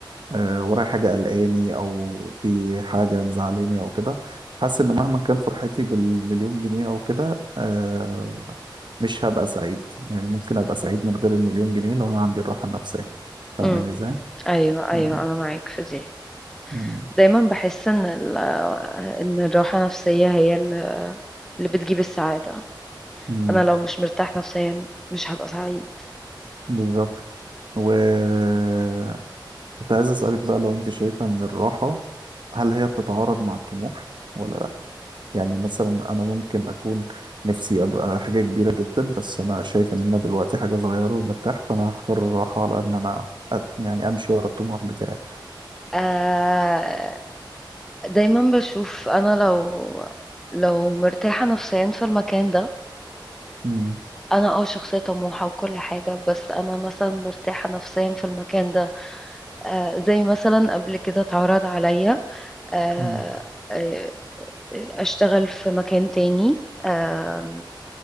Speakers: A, on the right; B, in the centre.
A: آه، ورايا حاجة قلقاني أو في حاجة مزعلاني أو كده حاسس إن مهما كان فرحتي بالمليون جنيه أو كده آه، مش هبقى سعيد يعني ممكن أبقى سعيد من غير المليون جنيه لو أنا عندي الراحة النفسية فاهمة
B: امم
A: إزاي؟
B: ايوه ايوه
A: مم.
B: انا معاك في دي
A: مم.
B: دايما بحس ان ال- ان الراحة النفسية هي اللي بتجيب السعادة
A: مم.
B: أنا لو مش مرتاح نفسيا مش هبقى سعيد
A: بالظبط وكنت عايز أسألك بقى لو أنت شايفة إن الراحة هل هي بتتعارض مع الطموح ولا لأ يعني مثلا أنا ممكن أكون نفسي أبقى حاجة كبيرة جدا بس أنا شايف إن أنا دلوقتي حاجة صغيرة ومرتاح فأنا هختار الراحة على إن أنا أ- يعني أمشي ورا الطموح بتاعي
B: آه دايما بشوف أنا لو لو مرتاحة نفسيا في المكان ده
A: مم.
B: أنا اه شخصية طموحة وكل حاجة بس أنا مثلا مرتاحة نفسيا في المكان ده آه زي مثلا قبل كده اتعرض عليا آه
A: مم.
B: آه، أشتغل في مكان تاني آه